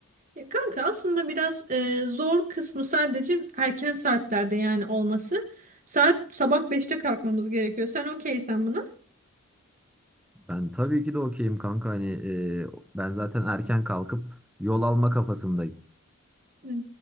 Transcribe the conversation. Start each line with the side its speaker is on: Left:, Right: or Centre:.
Right: Ya kanka aslında biraz e, zor kısmı sadece erken saatlerde yani olması. Saat sabah beşte kalkmamız gerekiyor. Sen okeysen buna.
Centre: Ben tabii ki de okeyim kanka hani e, ben zaten erken kalkıp yol alma kafasındayım.
Right: Evet.